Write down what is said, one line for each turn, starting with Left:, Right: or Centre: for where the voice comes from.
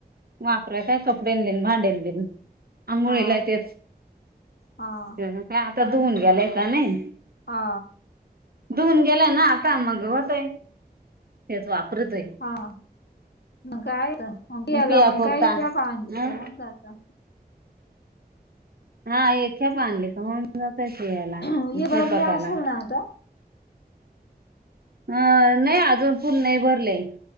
Right: वापराय काय कपडयांना आन भांड्याना <unintelligible> आंघोळीलाय
Left: हा
Right: तेच. <unintelligible>
Left: हा
Right: काय? आता
Left: आणि
Right: धुऊन
Left: मग
Right: गेलाय का नाही?
Left: हा
Right: धुऊन गेलाय ना आता? मग होत आहे. तेच वापरितोय.
Left: हा. मग काय होतंय? <unintelligible>
Right: पिया पुरता अ
Left: का होऊन जात.
Right: हा. एक <unintelligible> आणल का होऊन जात असलं याला
Left: हे भरले
Right: सैपाकाला.
Left: असेल ना आता-
Right: अं. नाही अजून <unintelligible> नाही भरलेय मी.